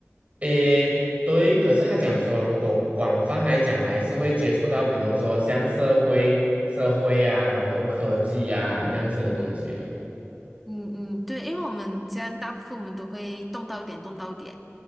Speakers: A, on the right (about 30°); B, in the centre.
A: 诶，对，可是他讲说，如果广泛来讲，还是会接触到，比如说像社会、社会呀、然后科技呀、这样子的东西的。
B: 嗯嗯，对，因为我们这样大部分我们都会动到一点，动到一点，